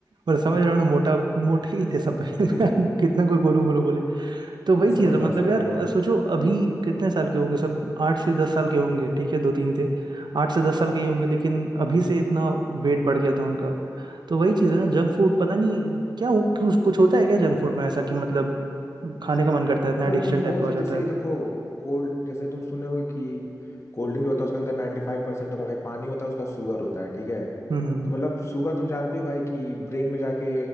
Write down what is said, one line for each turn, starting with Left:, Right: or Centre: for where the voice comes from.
Right: पर समझ रहे हो ना मोटा मोटे ही थे सब <laughs>
Left: <laughs>
Right: कितना कोई गोलू मोलू बोले तो
Left: हाँ,
Right: वही
Left: समझ
Right: चीज है
Left: रहा
Right: मतलब
Left: हूँ समझ
Right: यार
Left: रहा हूँ
Right: सोचो अभी कितने साल के होंगे सब आठ से दस साल के होंगे ठीक है दो तीन थे आठ से दस साल के ही होंगे लेकिन अभी से इतना वेट बढ़ गया था उनका तो वही चीज़ है ना जंक फूड पता नहीं क्या हो कुछ कुछ होता है क्या जंक फूड में ऐसा कि मतलब खाने का मन करता है इतना
Left: मतलब
Right: एडिक्शन
Left: तुम
Right: टाइप
Left: बोल
Right: का
Left: सकते
Right: हो जाता
Left: जैसे
Right: है
Left: देखो कोल्ड जैसे तुम सुने होगे कि कोल्ड ड्रिंक जो होता है उसके अंदर 95% फाइव परसेंट तो भाई पानी होता है उसका शुगर होता है ठीक है
Right: हम्म हम्म
Left: तो मतलब शुगर तुम जानते हो भाई कि ब्रेन में जाके